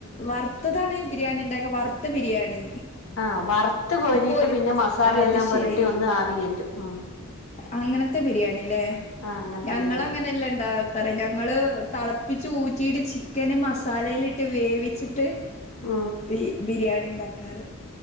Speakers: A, on the left (about 30°); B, on the left (about 75°).
A: വറ്ത്തതാണ് ബിരിയാണി ഇണ്ടാക്ക വറുത്ത ബിരിയാണി
B: ആഹ് വറുത്ത് കോരീട്ട്
A: പൊരി
B: പിന്നെ മസാലെയെല്ലാം
A: അത് ശരി
B: പുരട്ടി ഒന്ന് ആവികേറ്റും ഉം
A: അങ്ങനത്തെ ബിരിയാണി ലേ
B: ആഹ് അങ്ങനത്തെ
A: ഞങ്ങളങ്ങനെയല്ല
B: ബിരിയാണി
A: ഇണ്ടാ കാറ് ഞങ്ങള് തളപ്പിച്ച് ഊറ്റിട്ട് ചിക്കന് മസാലയ്ല്ട്ട് വേവിച്ചിട്ട്
B: ഉം
A: ബി ബിരിയാണി ഇണ്ടാക്കാറ്